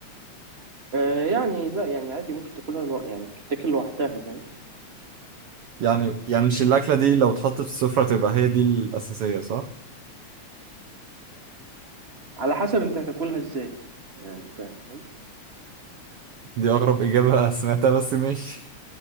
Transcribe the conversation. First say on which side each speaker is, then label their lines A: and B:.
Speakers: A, on the right; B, on the right.
A: آه يعني لا يعني عادي ممكن تاكلها لو... يعني تتاكل لوحدها فاهم
B: يعني يعني مش الأكلة دي لو اتحطت في السفرة تبقى هي دي الأساسية صح؟
A: على حسب أنت هتاكلها إزاي يعني فاهم
B: دي أغرب إجابة <laughs> سمعتها بس مش